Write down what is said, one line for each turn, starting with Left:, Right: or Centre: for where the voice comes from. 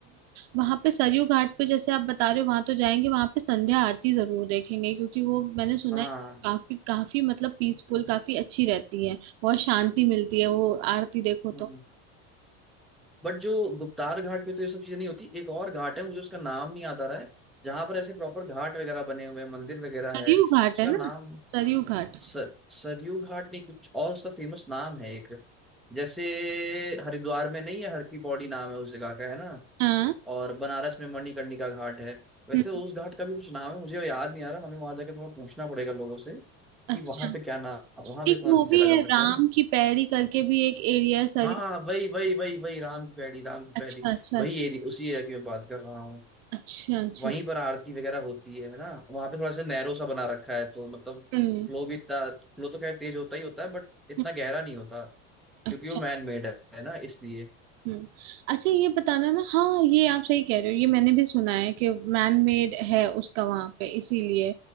Right: वहां पे सरयू घाट पे जैसे आप बता रहे हो वहां तो जाएंगे वहां पे संध्या आरती जरूर देखेंगे क्योंकि वो मैंने सुना
Centre: हाँ
Right: है कि काफी काफी मतलब पीसफुल काफी अच्छी रहती है बहुत शांति मिलती है वो आरती देखो
Centre: हम्म
Right: तो
Centre: बट जो गुप्तार घाट पे तो ये सब चीजें नहीं होती एक और घाट है मुझे उसका नाम नहीं याद आ रहा है जहां पर ऐसे प्रॉपर घाट वगैरह बने हुए हैं मंदिर वगैरह
Right: सरयू
Centre: है
Right: घाट
Centre: उसका
Right: है ना
Centre: नाम
Right: सरयू घाट
Centre: सर सरयू घाट नहीं कुछ और उसका फेमस नाम है एक जैसे हरिद्वार में नहीं है हर की पौड़ी नाम है उस जगह का है ना
Right: हाँ
Centre: और बनारस में मणिकर्णिका घाट है वैसे
Right: हम्म,
Centre: उस घाट का भी कुछ नाम है मुझे याद नहीं आ रहा हमें वहां जाके थोड़ा पूछना पड़ेगा लोगों से कि
Right: अच्छा
Centre: वहां पे क्या नाम वहां पे
Right: एक
Centre: कौन
Right: वो
Centre: सी जगह
Right: भी
Centre: जा
Right: है
Centre: सकते
Right: राम
Centre: हैं ना
Right: की पैड़ी करके भी एक एरिया है सरयू
Centre: हाँ हाँ वही वही वही वही राम की पैड़ी राम की
Right: अच्छा
Centre: पैड़ी
Right: अच्छा
Centre: वही एरिया उसी एरिया की मैं बात कर रहा हूँ
Right: अच्छा अच्छा
Centre: वहीं पर आरती वगैरह होती है है ना वहां पे थोड़ा सा नैरो सा बना रखा है तो मतलब
Right: हम्म
Centre: फ्लो भी इतना फ्लो तो खैर तेज होता ही होता है बट इतना
Right: हम्म,
Centre: गहरा नहीं होता
Right: अच्छा
Centre: क्योंकि वो मैन मेड है है ना इसलिए
Right: हम्म अच्छा ये बताना ना हाँ ये आप सही कह रहे हो ये मैंने भी सुना है कि मैन मेड है उसका वहां पे इसीलिए